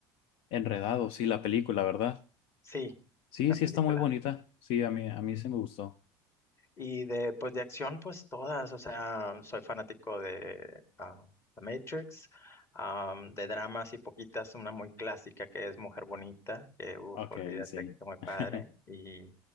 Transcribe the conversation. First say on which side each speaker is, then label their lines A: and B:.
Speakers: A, on the left; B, on the left.
A: Enredados, sí, la película, ¿verdad?
B: Sí,
A: Sí,
B: la
A: sí
B: película.
A: está muy bonita. Sí, a mí, a mí sí me gustó.
B: Y de, pues de acción, pues todas. O sea, soy fanático de ah, The Matrix, am, de dramas y poquitas. Una muy clásica que es Mujer Bonita, que uff,
A: Ok,
B: olvídate
A: sí.
B: que está muy padre.
A: <laughs>
B: Y,